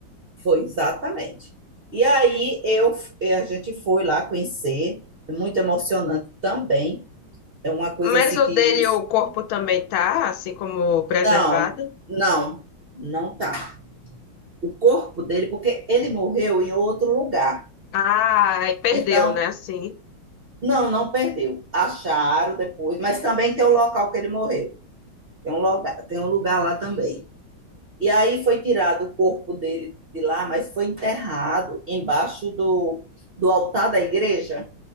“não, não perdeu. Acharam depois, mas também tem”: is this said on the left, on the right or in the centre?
Right